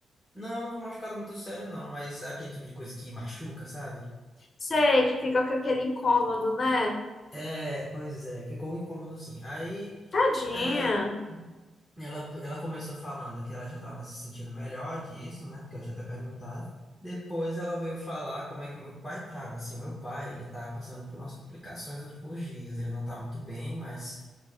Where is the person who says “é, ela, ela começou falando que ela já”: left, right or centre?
Centre